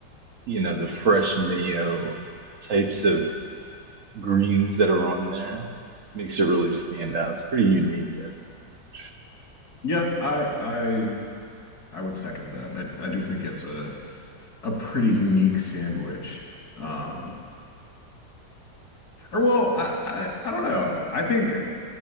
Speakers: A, on the right; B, on the left.
A: you know the fresh mayo and the types of greens that are on there makes it really stand out. It's pretty unique as a sandwich.
B: Yeah, I I I would second that. I I do think it's a a pretty unique sandwich. Um or well, I I, I don't know. I think